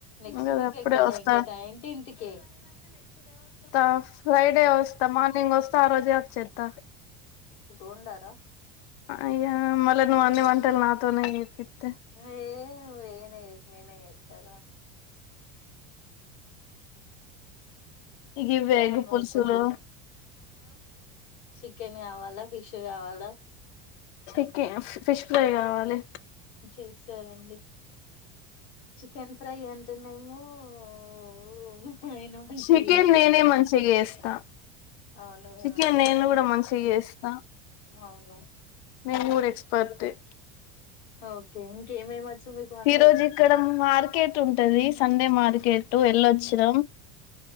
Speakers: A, on the left; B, on the left.
A: నెక్స్ట్
B: ఉగాది
A: వీక్
B: అప్పుడే
A: ఎక్కడ
B: వస్తా
A: ఇంకా నైన్టీన్త్ కేే
B: ఆ ఫ్రైడే వస్తా మార్నింగ్ వస్తా ఆ రోజే వచ్చేతా
A: ఉండారా
B: ఆ ఇగా మళ్ళ నువ్వు అన్ని వంటలు నాతోనే చేపి
A: ఏను ఏనే నేనే ఇతారా
B: ఇగ ఇవ్వ
A: రా
B: ఎగ
A: మరి
B: పుల్సులు
A: పొద్దున్న చికెన్ కావాలా ఫిష్ కావాలా
B: చెకే ఫిష్ ఫ్రై కావాలి
A: చేసారండి చికెన్ ఫ్రై అంటేనేేమో ఓ ఓ మా అయ్యన మంచిగతాడు
B: చికెన్ నేనే మంచిగా చేస్తా
A: అవు నువ్వేమని
B: చికెన్
A: చేస్త
B: నేను కూడా మంచిగా చేస్తా
A: అవును
B: నేను కూడా ఎక్స్పర్ట్ ఏ
A: ఓకే ఇంకేమేమి వచ్చు మీకు వంటలు
B: ఈ రోజు ఇక్కడ మార్కెట్ ఉంటది సండే మార్కెట్ వెళ్ళొచ్చిన